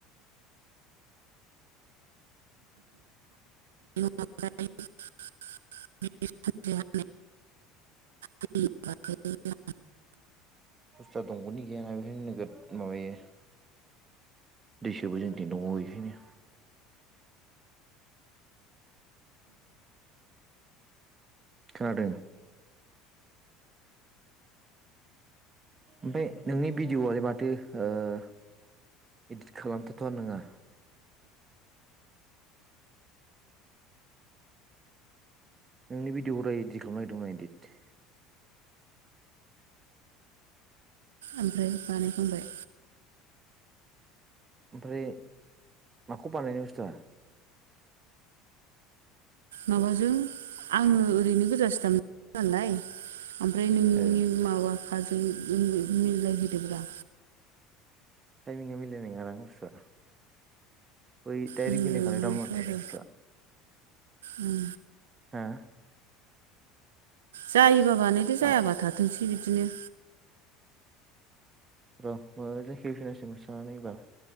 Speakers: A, on the right; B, on the right.
A: <unintelligible> <unintelligible>
B: बस्थुवा दंगनि गैयाना बेखायनो नोगोद माबायो दै सोबो जोंनिथिं दंग गैयैखायनो। खोनादों? ओमफाय नोंनि भिडिअ'आलाय माथो ओ इडिट खालामथावथावानो नङा। नोंनि भिडिअखौ दहाय इदिट खालामनो नागिरदोंमोन आं इदिट।
A: ओमफ्राय बानायखांबाय?
B: ओमफ्राय माखौ बानायनो बुस्थुवा?
A: माबाजों आङो ओरैनो गोदाव सोराव मोनदों नालाय ओमफ्राय नोंनि
B: ओ
A: माबा खाजों मि-मिलायहोदोब्रा।
B: टाइमिंआ मिलायनाय नङा ना बुस्थुआ। बै डाइरेक्ट
A: मिलाय
B: मिलायखानाय
A: नङाथ'
B: दा मोननांगौमोन
A: आरो
B: बुस्थुआ।
A: उम
B: हा?
A: जायोबा बानायदो जायाबा
B: आ
A: थाथोंसै बिदिनो।
B: र' मोजां खेबहैफिननांसिगोन सनानै एबार